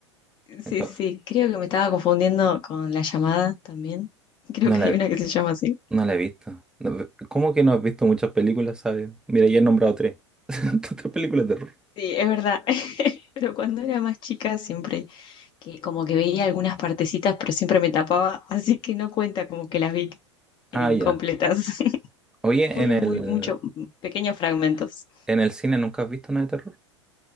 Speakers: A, in the centre; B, on the left.
A: Entonces,
B: Sí, sí. Creo que me estaba confundiendo con la llamada también. <laughs> Creo
A: no
B: que
A: la,
B: hay una que se llama así.
A: no la he visto. No, ve- ¿Cómo que no has visto muchas películas, sabes? Mira, ya he nombrado tres. <laughs> Tres películas de terror.
B: Sí, es verdad. <laughs> Pero cuando era más chica siempre que como que veía algunas partecitas, pero siempre me tapaba, <laughs> así que no cuenta como que las vi
A: Ah,
B: eh, incompletas.
A: ya.
B: <laughs>
A: Oye,
B: Fueron
A: en el,
B: muy muchos pequeños fragmentos.
A: en el cine nunca has visto una de terror.